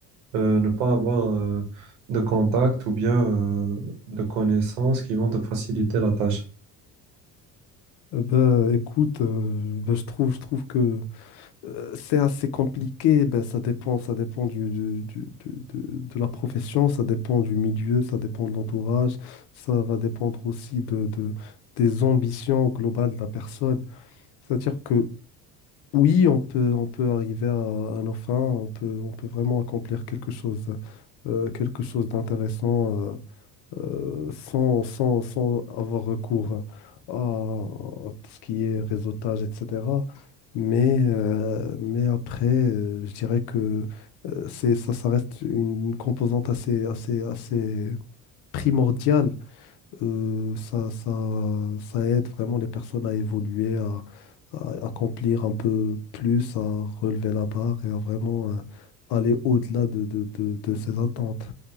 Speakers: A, on the right; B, on the left.
A: euh, ne pas avoir euh, de contact ou bien euh, de connaissances qui vont te faciliter la tâche.
B: Euh, ben, écoute, euh, ben, je trouve, je trouve que euh, c'est assez compliqué. Ben, ça dépend, ça dépend du, du- du- du- de, de la profession, ça dépend du milieu, ça dépend de l'entourage, ça va dépendre aussi de, de- des ambitions globales de la personne. C'est-à-dire que Oui, on peut, on peut arriver à, à nos fins, on peut, on peut vraiment accomplir quelque chose, euh, quelque chose d'intéressant euh, euh, sans, sans, sans avoir recours à, à tout ce qui est réseautage, etc. Mais, euh, mais après, euh, je dirais que euh, c'est, ça, ça reste une composante assez, assez, assez primordiale. Euh, ça, ça, ça aide vraiment les personnes à évoluer, à accomplir un peu plus, à relever la barre et à vraiment euh, aller au-delà de, de, de- de ses attentes.